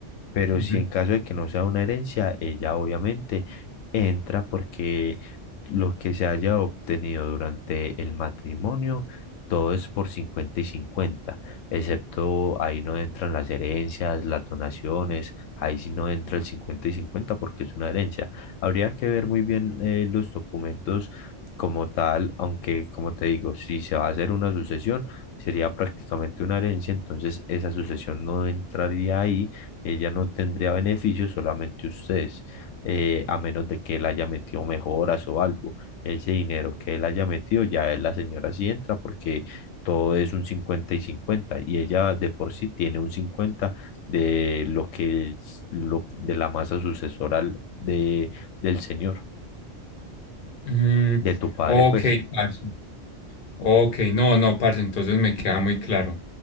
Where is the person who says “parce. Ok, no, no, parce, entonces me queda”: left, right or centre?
Left